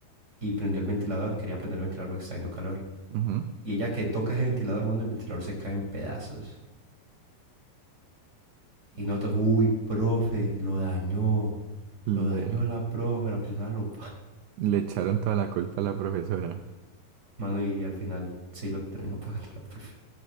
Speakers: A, on the right; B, on the right.
A: y prendió el ventilador, quería prender el ventilador porque está haciendo calor.
B: ujú.
A: Y ella que toca ese ventilador, mano, el ventilador se cae en pedazos. Y nosotros, uy, profe, lo dañó,
B: Le,
A: lo dañó la profe, la profesora lo...
B: le echaron toda la culpa a la profesora.
A: Mano, y al final sí lo terminó <laughs> pagando la profe.